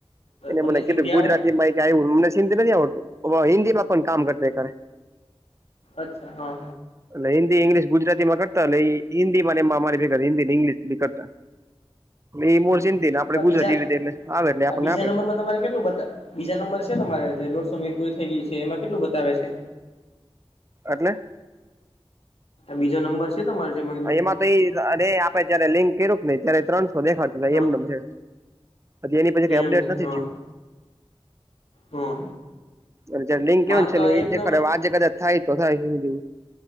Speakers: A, on the right (about 30°); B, on the left (about 85°).
A: એ
B: તમને
A: મને કીધું
B: સિંધી
A: ગુજરાત
B: આવડે
A: મને સિંધી નથી આવડતું હિન્દીમાં પણ કામ કરતા ખરે
B: અચ્છા હા
A: એટલે હિન્દી ઇંગ્લિશ ગુજરાતી માં કરતા એ હિન્દી એ મારી હિન્દી ઇંગ્લિશ બી કરતા એ મોર
B: હમ
A: સિંધી ને આપડે
B: આ
A: ગુજરાતી
B: બીજા
A: રીતે એટલે આવે એટલે આપણને
B: આ બીજા
A: આપે
B: તમારે કેટલું બતા બીજા નંબર છે તમારે જે દોઢસો મિનિટ પુરી થઈ ગયું છે એમાં કેટલું બતાવે છે
A: એટલે
B: બીજો નંબર છે છે તમારે જેમ
A: એમાં તો એ આપડે જયારે લિંક કર્યું કે નહીઈ ત્યારે ત્રણસો દેખાડું
B: હા
A: એમનેમ છે હજી એની પેલી કઈ
B: એમ
A: અપડેટ
B: છે
A: નથી
B: હા
A: થયું
B: હા
A: એટલે લિંક કેવ
B: મારે
A: છેલું
B: તો આ
A: એે
B: એક
A: દેખાડે
B: નંબર
A: આજે કદાચ થાય તો થાય એવું છે